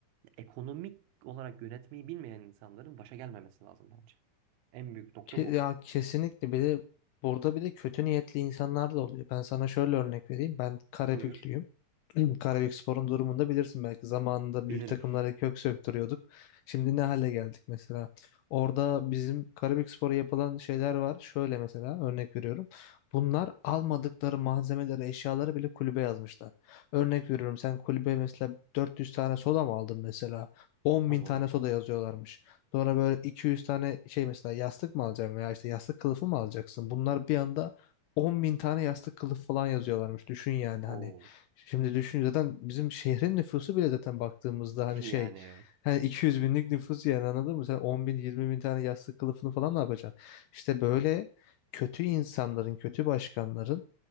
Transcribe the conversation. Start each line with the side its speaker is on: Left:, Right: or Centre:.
Right: Ekonomik olarak yönetmeyi bilmeyen insanların başa gelmemesi lazım bence. En büyük nokta
Left: Ke-
Right: bu.
Left: ya kesinlikle bir de burada bir de kötü niyetli insanlar da oluyor. Ben sana şöyle örnek vereyim ben Karabüklüyüm.
Right: Buyur.
Left: <clears throat> Karabükspor'un durumunu da bilirsin belki. Zamanında
Right: Bilirim.
Left: büyük takımlara kök söktürüyorduk. Şimdi ne hale geldik mesela. Orada bizim Karabükspor'a yapılan şeyler var. Şöyle mesela örnek veriyorum. Bunlar almadıkları malzemeleri, eşyaları bile kulübe yazmışlar. Örnek veriyorum sen kulübe mesela 400 tane soda mı aldın mesela? 10
Right: Tamam.
Left: bin tane soda yazıyorlarmış. Sonra böyle 200 tane şey mesela yastık mı alacaksın veya işte yastık kılıfı mı alacaksın? Bunlar bir anda 10 bin tane yastık kılıf falan yazıyorlarmış. Düşün yani
Right: Oo.
Left: hani. Şimdi düşün zaten bizim şehrin nüfusu bile zaten baktığımızda
Right: <laughs>
Left: hani
Right: Yani
Left: şey
Right: evet.
Left: hani 200 binlik nüfus yani anladın mı? Sen 10 bin 20 bin tane yastık kılıfını falan ne yapacaksın? İşte böyle kötü insanların kötü başkanların